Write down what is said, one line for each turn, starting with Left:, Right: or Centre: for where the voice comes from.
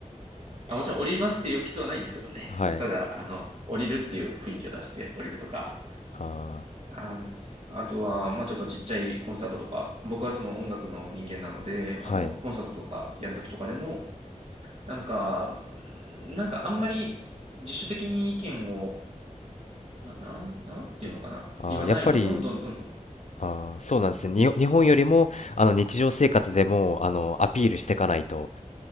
Right: あ、もちろん降りますって言う必要はないんですけどね。
Left: はい。
Right: ただ、あの、降りるっていう雰囲気を出して降りるとか、
Left: あ
Right: ああとは、まあちょっとちっちゃいコンサートとか、僕はその音楽の人間なので、
Left: あ、
Right: あの、
Left: はい。
Right: コンサートとかやるときとかでも、なんか、なんかあんまり自主的に意見を、な、なん、なんていうのかな。
Left: ああ、
Right: 言わないと、
Left: やっぱり、
Right: どんどんどんどん。
Left: ああ、そうなんですね。
Right: うん、
Left: に日本よりも、あの、日常生活でも、
Right: うん。
Left: あの、アピールしていかないと、